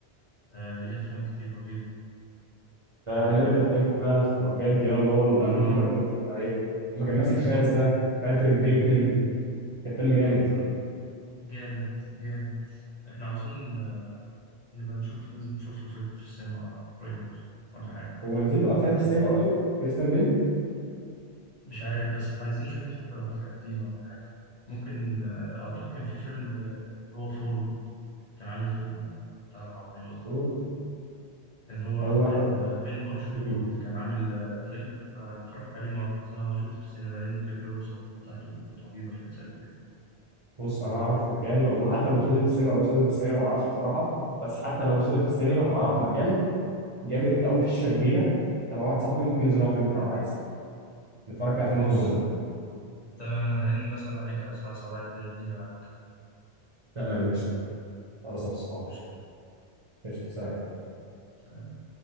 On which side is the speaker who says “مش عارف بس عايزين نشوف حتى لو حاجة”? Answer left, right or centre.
Left